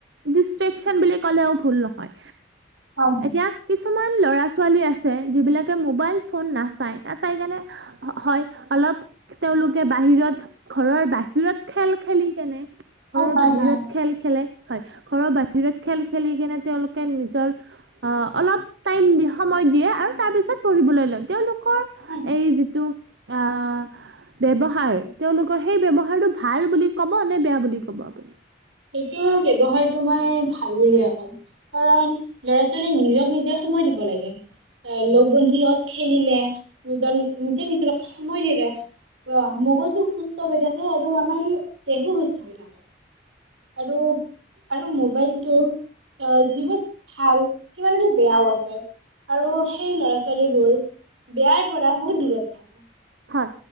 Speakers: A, on the right; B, on the right.
A: ডিষ্ট্ৰেকচন বুলি ক'লেও ভুল নহয়।
B: হয়
A: এতিয়া কি কিছুমান ল'ৰা ছোৱালী আছে যিবিলাকে মোবাইল ফোন নাচায়, নাচাই কেনে- হয়, অলপ তেওঁলোকে বাহিৰত ঘৰৰ বাহিৰত খেল খেলি কেনে- ঘৰৰ
B: হয় হয়
A: বাহিৰত
B: হয়
A: খেল খেলে, হয়। ঘৰৰ বাহিৰত খেল খেলি কেনে তেওঁলোকে নিজৰ- অ অলপ টাইম সময় দিয়ে আৰু তাৰ পিছত পঢ়িবলৈ লয় তেওঁলোক কৰ
B: হয়
A: এই যিটো আ ব্যৱহাৰ তেওঁলোকৰ সেই ব্যৱহাৰটো ভাল বুলি ক'ব নে বেয়া বুলি ক'ব আপুনি
B: এইটো ব্যৱহাৰটো মই ভাল বুলিয়ে কম কাৰণ ল'ৰা ছোৱালীয়ে নিজক নিজে সময় দিব লাগে এ লগ বন্ধুৰ লগত খেলিলে নিজৰ নিজে নিজৰক সময় দিলে অ মগজু সুস্থ হৈ থাকে আৰু আমাৰ দেহো সুস্থ হৈ থাকে আৰু আৰু মোবাইলটোৰ অ যিবোৰ ভাল সিমানোটো বেয়াও আছে আৰু সেই ল'ৰা ছোৱালীবোৰ বেয়াৰ পৰা বহুত দূৰত
A: হয়